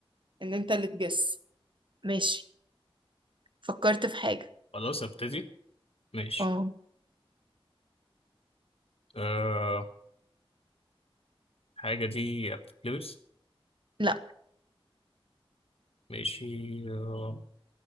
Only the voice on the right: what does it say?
ان انت اللي تجس ماشي فكرت في حاجة
اه
لا